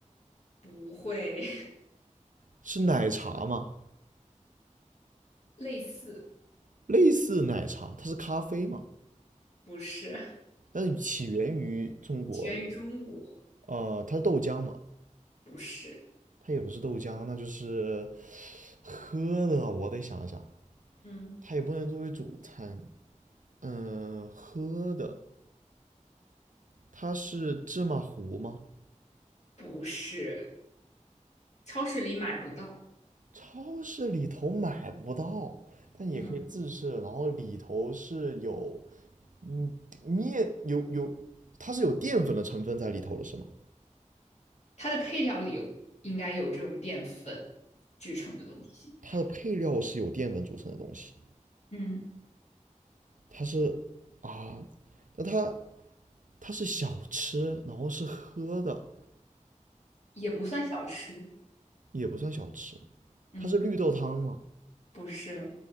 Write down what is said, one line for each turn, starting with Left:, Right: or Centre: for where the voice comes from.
Left: 不会，
Right: 是奶茶吗？
Left: <laughs> 类似，
Right: 类似奶茶，它是咖啡嘛？
Left: 不是，
Right: 但是起源于中国，
Left: 起源于中国，
Right: 呃，它是豆浆嘛？
Left: 不是，
Right: 它也不是豆浆，那就是喝的。我得想一想，
Left: 嗯
Right: 它也不能作为主餐。嗯，喝的，它是芝麻糊吗？
Left: 不是，超市里买不到。
Right: 超市里头买不到，但也可以自制。
Left: 嗯
Right: 然后里头是有，嗯，面有有，它是有淀粉的成分在里头了，是吗？
Left: 它的配料里有，应该有这种淀粉制成的东西，
Right: 它的配料是有淀粉组成的东西，
Left: 嗯
Right: 它是啊，那它它是小吃，然后是喝的，
Left: 也不算小吃。
Right: 也不算小吃，
Left: 嗯。
Right: 它是绿豆汤吗？
Left: 不是，